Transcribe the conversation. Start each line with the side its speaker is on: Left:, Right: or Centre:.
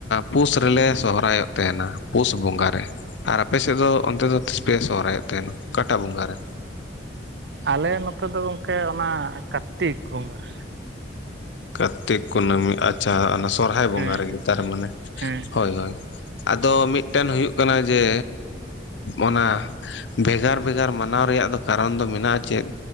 Left: ᱯᱩᱥ ᱨᱮᱞᱮ ᱥᱚᱦᱨᱟᱭᱚᱜ ᱛᱟᱦᱮᱱᱟ, ᱯᱩᱥ ᱵᱚᱸᱜᱟ ᱨᱮ ᱾ ᱟᱨ ᱟᱯᱮ ᱥᱮᱫ ᱫᱚ ᱚᱱᱛᱮ ᱫᱚ ᱛᱤᱥ ᱯᱮ ᱥᱚᱦᱨᱟᱭᱚᱜ ᱛᱟᱦᱮᱱᱟ ᱚᱠᱟᱴᱟ ᱵᱚᱸᱜᱟ ᱨᱮ?
Right: ᱟᱞᱮ ᱱᱚᱛᱮ ᱫᱚ ᱜᱚᱢᱠᱮ ᱚᱱᱟ ᱠᱟᱨᱛᱤᱠ ᱵᱚᱸᱜᱟ ᱾
Left: ᱠᱟᱨᱛᱤᱠ ᱠᱩᱱᱟᱹᱢᱤ ᱟᱪᱪᱷᱟ ᱚᱱᱟ ᱥᱚᱨᱦᱟᱭ ᱵᱚᱸᱜᱟ
Right: ᱦᱮᱸ
Left: ᱨᱮᱜᱮ ᱛᱟᱨ ᱢᱟᱱᱮ᱾
Right: ᱦᱮᱸ
Left: ᱦᱳᱭ ᱦᱳᱭ ᱟᱫᱚ ᱢᱤᱫᱴᱮᱱ ᱦᱩᱭᱩᱜ ᱠᱟᱱᱟ ᱡᱮ ᱚᱱᱟ ᱵᱷᱮᱜᱟᱨ ᱵᱷᱮᱜᱟᱨ ᱢᱟᱱᱟᱣ ᱨᱮᱭᱟᱜ ᱫᱚ ᱠᱟᱨᱚᱱ ᱫᱚ ᱢᱮᱱᱟᱜ-ᱟ ᱪᱮᱫ